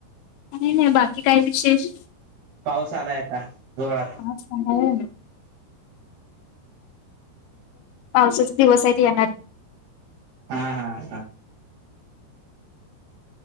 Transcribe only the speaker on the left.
नाही नाही बाकी काय विशेष
पाऊस आलाय होय पावसाचे दिवस आहेत येणार